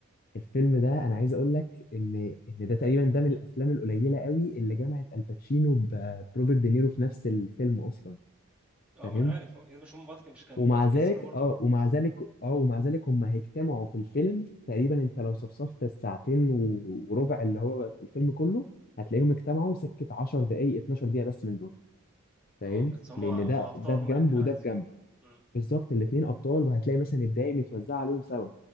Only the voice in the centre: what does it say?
اه
ما انا عارف اه يا مش هم بعض مش كانوا
مع بعض في
كازينو برضو
اه بس هم
هم
ابطال
هم
الاثنين
عادي
مم.